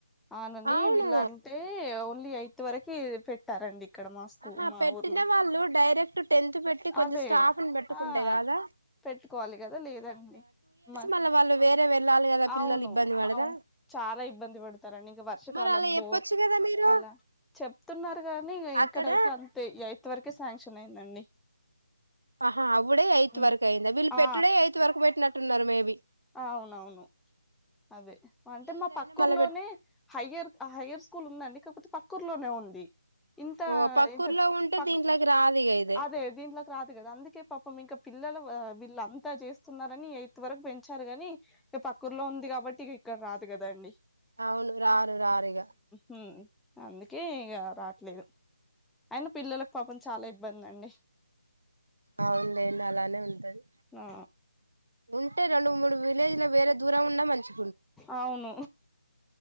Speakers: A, in the centre; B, on the right.
A: అవునని
B: అవును
A: వీళ్ళంటే న్లీ యయితు వరకు పెట్టారండి ఇక్కడ మా స్కూ
B: ఆహా
A: మా
B: పెట్టిన
A: ఊర్లో
B: వాళ్ళు డైరెక్ట్ టెన్త్ పెట్టి కొంచెం
A: అదే
B: స్టాఫ్ ని పెట్టుకుంటే
A: ఆ
B: కదా
A: పెట్టుకోవాలి కదా లేదండి మ
B: మళ్ళ వాళ్ళు వేరే వెళ్ళాలి కదా పిల్లలు
A: అవును
B: ఇబ్బంది పడరా
A: అవు చాలా ఇబ్బంది పడతారండి ఇంక వర్షాకాలంలో
B: మరి అలా చెప్పొచ్చు కదా మీరు
A: అలా చెప్తున్నారు కానీ
B: అక్కడ
A: ఇంక్కడైతే అంతే ఇంతవరకే శాంక్షన్ అయిందండి.
B: ఆహా అవుడే ఎ త్
A: ఉమ్.
B: వరకు అయింద వీళ్ళు
A: ఆ
B: పెట్టుడే ఎయిత్ వరకు పెట్టినట్టు అంటున్నారు మేబీ
A: అవునవును అదే అంటే
B: ఈ ఇయర్
A: మా
B: అయినా
A: పక్కూర్లోనే
B: మళ్ళ పెట్టు
A: హయ్యర్ హయర్ స్కూల్ ఉందండి. కాకపోతే పక్కూర్ లోనే ఉంది. ఇంత
B: ఓ పక్కూర్లో
A: ఇంత
B: ఉంటే
A: పక్క
B: దీంట్లోకి రాదు ఇగ ఇది.
A: అదే దీంట్లోకి రాదు కదా అందుకే పాపం ఇంకా పిల్లలు వీళ్ళంతా చేస్తున్నారని ఎయితు వరకు పె ంచ్చారు గాని ఇగ పక్కూర్లో ఉంది కాబట్టి ఇ ఇక్కడ రాదు కదాండి.
B: అవును రారు రారు ఇగ
A: హ్మ్. అందుకే ఇగ రాట్లేదు అయిన పిల్లలకు పాపం చాలా ఇబ్బంది అండి.
B: అవునులేండి అలానే ఉంటది.
A: ఆ
B: ఉంటే రెండు మూడు విలేజ్ లో వేరే దూరం ఉన్నా మంచి
A: అవును